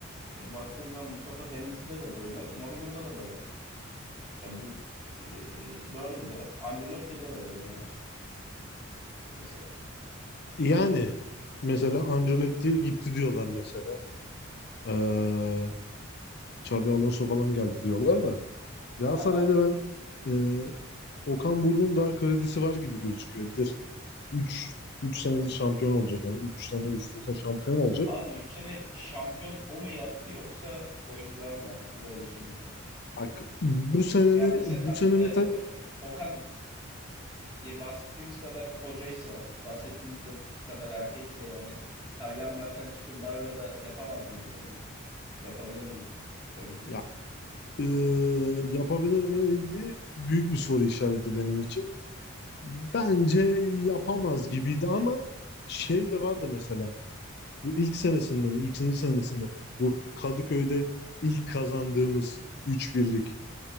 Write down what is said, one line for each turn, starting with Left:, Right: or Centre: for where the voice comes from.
Right: E, baktığın zaman Mustafa Denizli'de de böyle. Mourinho'da da böyle. Ya bu e, dördü de. Ancelotti'de de böyle bence mesela.
Left: Yani mesela Ancelotti gitti diyorlar mesela. Ee, Xabi Alonso falan geldi diyorlar da. Galatasaray'da
Right: Aha.
Left: ben e, Okan Buruk'un daha kredisi var gibi gözüküyor. Bir de 3 3 senedir şampiyon olacak yani 3 sene üst üste şampiyon olacak.
Right: Abi 3 sene şampiyon o mu yaptı yoksa oyuncular mı yaptı? Bir de öyle sorayım sana.
Left: Bak bu sene
Right: Ya mesela
Left: bu
Right: ta-
Left: sene
Right: e,
Left: mesela
Right: Okan ya bahsettiğimiz kadar hocaysa, bahsettiğimiz ko- kadar erkekse yani Taylan Berkan Çıkıldağ'la da yapamaz mıydı sence? Yapabilir miydi? Öyle söyleyeyim.
Left: ya eee, yapabilir mi? ilgili Büyük bir soru işareti benim için. Bence yapamaz gibiydi ama şey de vardı mesela. Bu ilk senesinde mi? ikinci senesinde bu Kadıköy'de ilk kazandığımız üç birlik,